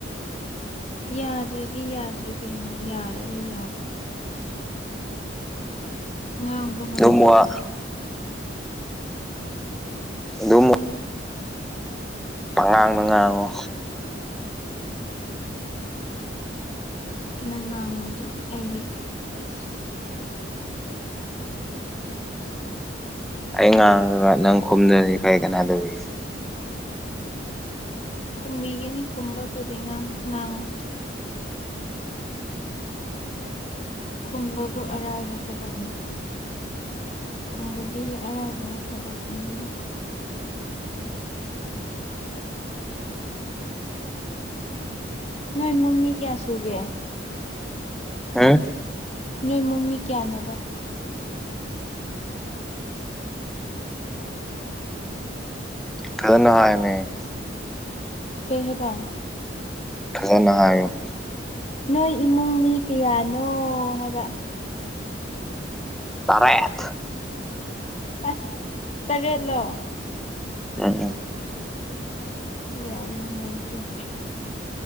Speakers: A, on the left; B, in the centre.
A: ꯌꯥꯗ꯭ꯔꯗꯤ ꯌꯥꯗ꯭ꯔꯦ ꯀꯩꯅꯣ ꯌꯥꯔꯒ ꯌꯥꯔꯦ ꯉꯥꯡꯕ ꯉꯝꯗꯕꯒꯤ
B: ꯑꯗꯨꯝ ꯋꯥ ꯑꯗꯨꯝ ꯄꯉꯥꯡꯅ ꯉꯥꯡꯉꯨ
A: ꯅꯪ ꯉꯥꯡꯉꯣ ꯑꯗꯨꯗꯤ ꯑꯩꯗꯤ ꯑꯁ
B: ꯑꯩ ꯉꯥꯡꯉꯒ ꯅꯪ ꯈꯨꯝꯗ꯭ꯔꯗꯤ ꯀꯔꯤ ꯀꯅꯥꯗꯧꯔꯤꯒꯦ
A: ꯈꯨꯝꯕꯤꯒꯅꯤ ꯈꯨꯝꯕꯕꯨꯗꯤ ꯉꯥꯡꯉꯨꯅꯦ ꯈꯨꯝꯕꯕꯨ ꯑꯔꯥꯏꯕ ꯊꯕꯛꯅꯤ ꯈꯨꯝꯕꯗꯤ ꯑꯔꯥꯏꯕ ꯊꯕꯛꯅꯤ ꯅꯣꯏ ꯏꯃꯨꯡ ꯃꯤ ꯀꯌꯥꯁꯨꯒꯦ
B: ꯍꯥ
A: ꯅꯣꯏꯃꯨꯡ ꯃꯤ ꯀꯌꯥꯅꯣꯕ
B: ꯊꯗꯅ ꯍꯥꯏꯅꯦ
A: ꯀꯩ ꯍꯥꯏꯕ
B: ꯊꯖꯅ ꯍꯥꯏꯨ
A: ꯅꯣꯏ ꯏꯃꯨꯡ ꯃꯤ ꯀꯌꯥꯅꯣ ꯍꯥꯏꯕ
B: ꯇꯔꯦꯠ
A: ꯑꯁ ꯇꯔꯦꯠꯂꯣ
B: ꯎꯝ ꯎꯝ
A: ꯌꯥꯏꯅꯦ ꯅꯣꯏꯁꯨ